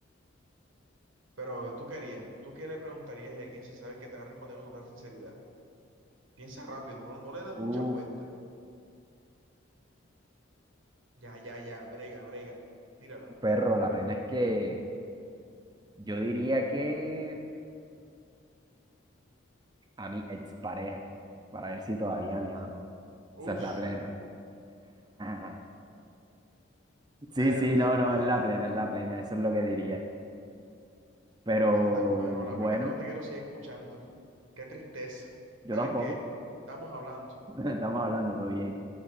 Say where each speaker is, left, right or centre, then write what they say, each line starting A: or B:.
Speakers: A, on the right; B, on the right.
A: Pero tú querías, tú qué le preguntarías y a quién si sabes que te va a responder con total sinceridad. Piensa rápido, no, no le des
B: Uf,
A: muchas vueltas. Ya, ya, ya, brega, brega, tírala.
B: perro, la plena es que yo diría que a mi expareja, para ver si todavía me ama. Esa
A: Uf,
B: es la plena. <laughs> Sí,
A: herda
B: sí, no,
A: hermano,
B: no, es la plena, es la plena, eso es lo que diría. Pero
A: herda hermano, la
B: bueno,
A: pena es que no te quiero seguir escuchando. Qué tristeza.
B: yo
A: ¿Sabes
B: tampoco.
A: qué? Estamos hablando.
B: <laughs> Estamos hablando, todo bien.